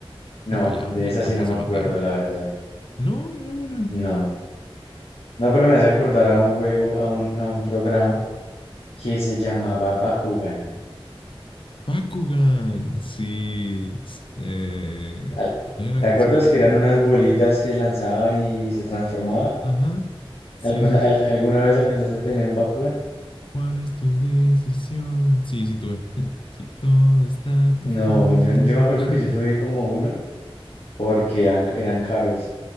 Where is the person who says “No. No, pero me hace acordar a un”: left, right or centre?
Left